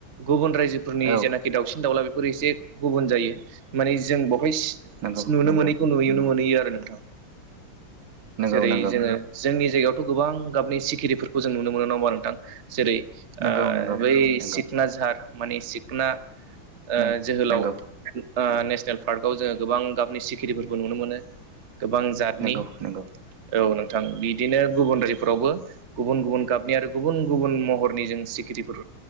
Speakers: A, on the right (about 45°); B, on the right (about 70°).
A: गुबुन रायजोफोरनि
B: औ
A: जेनाखि दाउसिन दाउला बेफोरो एसे गुबुन जायो मानि जों बवहाय
B: नंगौ
A: नुनो
B: नंगौ
A: मोनैखौ नुनो मोनहैयो आरो नोंथां
B: नंगौ
A: जेरै
B: नंगौ
A: जोङो जोंनि जायगायावथ' गोबां गाबनि सिखिरिफोरखौ जों नुनो मोनो नङाहोमबा नोंथां जेरै ओ
B: नंगौ नंगौ
A: बै
B: नंगौ
A: सिखना
B: नंगौ
A: जझार माने सिखना ओ
B: नों
A: जोहोलाव
B: नंगौ
A: ओनेसनेल पार्कआव जोङो गोबां गाबनि सिखिरिफोरखौ नुनो मोनो गोबां जातनि
B: नंगौ नंगौ नंगौ
A: औ नोंथां बिदिनो गुबुन रायजो फोरावबो गुबुन गुबुन गाबनि आरो गुबुन गुबुन महरनि जों सिखिरिफोर